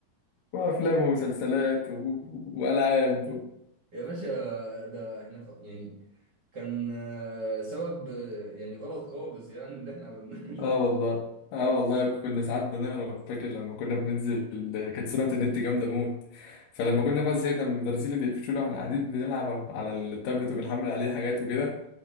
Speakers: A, on the left; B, on the right.
A: وافلام ومسلسلات و... والعاب
B: <laughs> يا باشا ده احنا خ... يعني كان آه، سبب آه، يعني غلط خالص يعني اللي احنا عملناه <laughs>
A: اه
B: ده
A: والله اه والله كنا ساعات بنهرب فاكر لما كنا بننزل كانت سرعة النت جامدة موت فلما كنا بقى زهقنا من المدرسين اللي بيقفشونا واحنا قاعدين بنلعب على التابلت وبنحمل عليه حاجات وكده